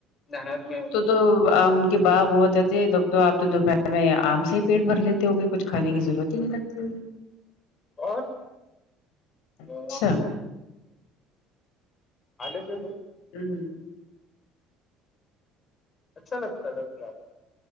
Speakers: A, on the left; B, on the left.
A: نہر میں
B: تو تو ان کے باغ ہو ہوتے تھے تب تو آپ تو دوپہر میں آم سے ہی پیٹ بھر لیتے ہو گے کچھ کھانے کی ضرورت ہی نہیں لگتی
A: <unintelligible>
B: اچھا
A: پیڑ پالے تھے تو
B: ہمم
A: اچھا لگتا تھا